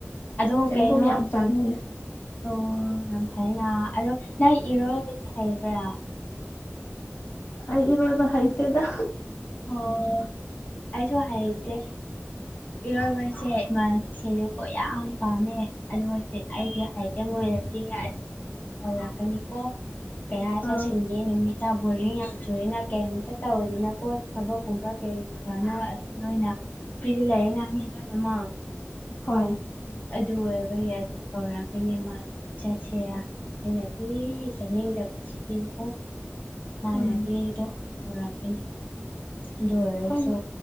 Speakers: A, on the left (about 40°); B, on the left (about 65°).
A: ꯑꯗꯣ
B: ꯆꯦꯡꯒꯨꯝ
A: ꯀꯩꯅꯣ
B: ꯌꯥꯝ ꯆꯥꯅꯤꯡꯉꯦ
A: ꯑꯣ ꯌꯥꯝ ꯐꯥꯏꯅ ꯑꯗꯣ ꯅꯪ ꯏꯔꯣꯏꯕꯗꯤ ꯍꯩꯕ꯭ꯔꯥ
B: ꯑꯩ ꯏꯔꯣꯏꯕ ꯍꯩꯇꯦꯗ
A: ꯑꯣ ꯑꯩꯁꯨ ꯍꯩꯇꯦ ꯏꯔꯣꯏꯕꯁꯦ ꯏꯃꯥꯟꯅꯕꯤꯁꯤꯡꯖꯨꯀꯣ ꯌꯥꯝ ꯄꯥꯝꯃꯦ ꯑꯗꯨꯃꯛꯇꯤ ꯑꯩꯗꯤ ꯍꯥꯏꯖꯝ ꯑꯣꯏꯔꯗꯤ ꯑꯗꯨꯝ ꯀꯧꯔꯛꯀꯅꯤꯀꯣ ꯀꯩ ꯍꯥꯏꯁꯤꯔ
B: ꯑꯥ
A: ꯁꯟꯗꯦ ꯅꯨꯃꯤꯠ ꯇꯥ ꯕꯣꯔꯤꯡ ꯌꯥꯝ ꯆꯨꯔꯦꯅ ꯀꯩꯝꯇ ꯇꯧꯔꯗꯅꯀꯣ ꯊꯕꯛꯀꯨꯝꯕ ꯀꯔꯤ ꯀꯔꯥꯅꯣ ꯑꯗꯨꯝ ꯂꯣꯏꯅ ꯇꯤ ꯂꯩꯌꯦꯅ ꯃꯤ ꯂꯣꯏꯅꯃꯛ
B: ꯍꯣꯏ
A: ꯑꯗꯨ ꯑꯣꯏꯕꯩ ꯌꯥꯏꯗꯨꯝ ꯀꯧꯔꯛꯀꯅꯤ ꯃꯥꯗꯣ ꯆꯠꯁꯤꯔ ꯑꯩꯅꯗꯤ ꯆꯠꯅꯤꯡꯗꯕꯁꯤꯗꯤꯕꯀꯣ ꯃꯥꯥꯅꯗꯤ
B: ꯎꯝ
A: ꯗꯨꯝ ꯀꯧꯔꯛꯀꯅꯤ ꯑꯗꯨ ꯑꯣꯏꯔꯁꯨ
B: ꯍꯣꯏ